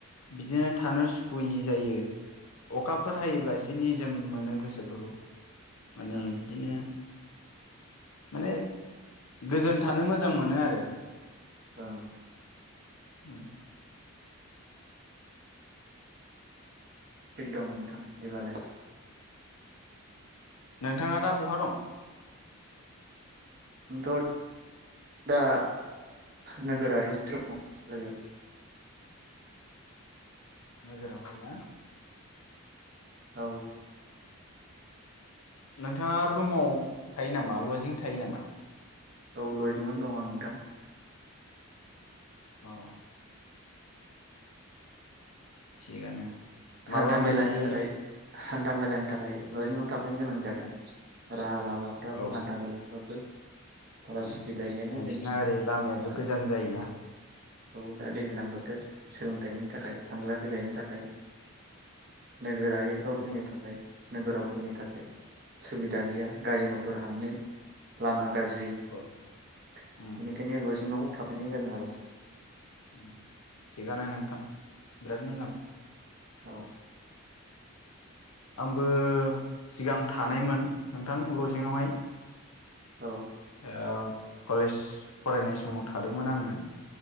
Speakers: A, on the left (about 85°); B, on the right (about 45°).
A: बिदिनो थानो सुखुयि जायो अखाफोर हायोब्ला एसे निजोम मोनो गोसोफोरखौ माने
B: ओं
A: बिदिनो माने गोजोन थानो मोजां मोनो आरो
B: औ
A: उम
B: दिग दं नोंथां दिबालाय
A: नोंथाङा दा बहा दं?
B: नोंथ दा नोगोरारि <unintelligible> लोगो
A: नोगोरावहाय ना
B: औ
A: नोंथाङा रुमाव थायो नामा लजिं थायो नामा?
B: औ लजिंङावनो दंङ आं नोंथां
A: औ थिगानो माबा
B: हान्था मेलानि
A: मोनसे
B: थाखाय हान थामेलानि थाखाय लजिंआव थाफैनो गोनां जादों राहा लामाफ्राबो
A: औ
B: हान्था मेलाफ्राबो बारा
A: उम
B: सुबिदा गैयाना
A: नोंसिना
B: जोंथिं
A: ओरै लामायाबो
B: दा
A: गोजान जायोना
B: औ दा दैज्लां बोथोर सोलोंथायाइनि थाखाय थांलाय फैलायनि थाखाय नोगोरारिफ्राव
A: औ
B: फैनो थाखाय नोगोराव फैनो थाखाय सुबि दा गैया गारि
A: औ
B: मथर हाबनो लामा गाज्रि
A: औ
B: बेनिखायनो
A: उम
B: लजिंआव थाफैनाय जादों आरो
A: उम थिगानो नोंथां बिराद मोजां
B: औ
A: आंबो सिगां थानायमोन नोंथां लजिंआवहाय
B: औ
A: ओ कलेज फरायनाय समाव थादोंमोन आङो